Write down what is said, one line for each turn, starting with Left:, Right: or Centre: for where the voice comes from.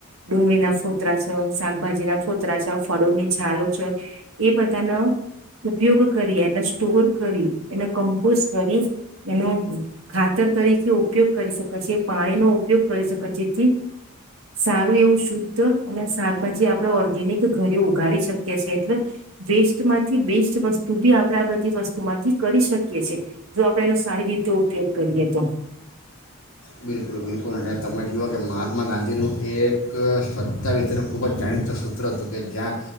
Right: ડુંગળીના ફોતરા છે શાકભાજી ના ફોતરા છે ફળોની છાલો છે એ બધાનો ઉપયોગ કરી એને સ્ટોર કરી એને કમ્પોઝ કરી. એનો ખાતર તરીકે ઉપયોગ કરી શકે છે, પાણીનો ઉપયોગ કરી શકે જેથી સારું એવું શુદ્ધ અને શાકભાજી આપણા ઓર્ગેનિક ઘરે ઉગાડી શકીએ છેએ એટલે વેસ્ટમાંથી બેસ્ટ વસ્તુ બી આપણે આ બધી વસ્તુમાંથી કરી શકીએ છીએ જો. સારી રીતે ઉપયોગ કરીએ તો.
Left: બિલકુલ બિલકુલ અને તમે જુઓ કે મહાત્મા ગાંધીનું એ એક સ્વચ્છતા વિશેનું ખૂબ જ જાણીત સૂત્ર હતું, કે જ્યાં